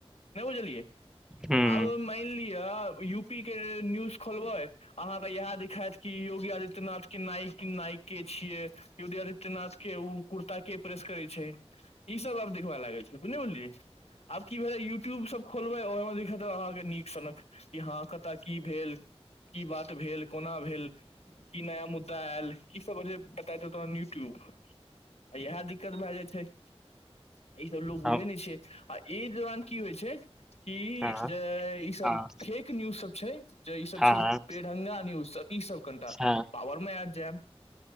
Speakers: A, on the left; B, in the centre.
A: नै बुझालिय
B: ह
A: अ मायन लियय यू पी के न्यूज खोलबै अहाँके इएह दिखायत कि योगी आदित्यनाथ के नइ नाइ के छियै योगी आदित्यनाथ के उ कुता के प्रेस करैय छैय आब देख लाग छै बुझझलियै आब की भेलै यूट्यूब सब खोलबै ओहिमे देख अहाँके नीक सनक कि हँ कतय की भेल की बात भेल कोना भेल की नया मुद्दा आयल ई सब भेलै बता त थोड़ा न्यूज क्यूब आ इएह दिक्कत भए जाइत छै ई सब लोकोग
B: ह
A: बुझै ने छै अ, इ, जवान की होय छैय इ
B: हँ
A: द इ इससे
B: हँ
A: फेंक न्यूज जैत जेब
B: हँ
A: जैत बेढंगा न्यूज बस इ सब‌ कंटाक
B: हँ
A: पावर में आयल जेब